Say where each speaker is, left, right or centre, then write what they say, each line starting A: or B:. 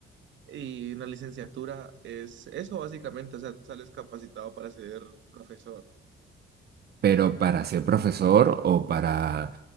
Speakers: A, on the right; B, on the right.
A: Y una licenciatura es eso básicamente, o sea, sales capacitado para ser profesor.
B: pero para ser profesor o para,